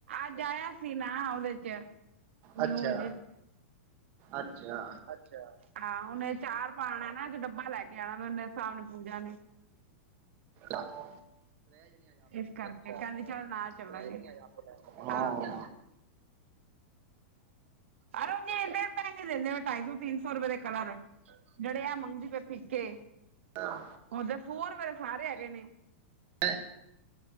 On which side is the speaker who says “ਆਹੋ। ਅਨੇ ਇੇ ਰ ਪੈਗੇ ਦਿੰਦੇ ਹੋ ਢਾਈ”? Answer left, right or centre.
Right